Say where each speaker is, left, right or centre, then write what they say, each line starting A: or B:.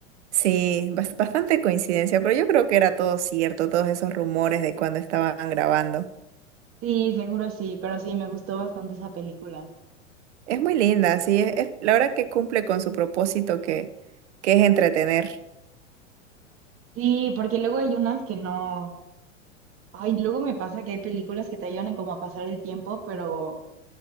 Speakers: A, on the right (about 60°); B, on the right (about 35°).
A: Sí, bas- bastante coincidencia, pero yo creo que era todo cierto, todos esos rumores de cuando estaban grabando.
B: Sí, seguro sí, pero sí, me gustó bastante esa película.
A: Es muy linda, sí, es, es- la verdad que cumple con su propósito que, que es entretener.
B: Sí, porque luego hay unas que no. Ay, luego me pasa que hay películas que te ayudan como a pasar el tiempo, pero